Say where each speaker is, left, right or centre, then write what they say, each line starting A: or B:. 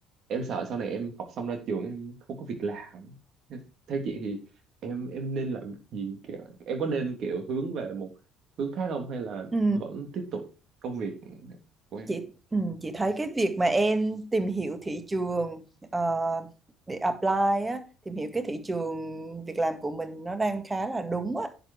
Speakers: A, on the right; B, on the right.
A: em sợ sau này em học xong ra trường em không có việc làm Thế- theo chị thì em em nên làm gì kiểu em có nên kiểu hướng về một hướng khác không hay là
B: ừ.
A: vẫn tiếp tục công việc của em
B: Chị ừ, chị thấy cái việc mà em tìm hiểu thị trường ờ, để apply á, tìm hiểu cái thị trường việc làm của mình nó đang khá là đúng á.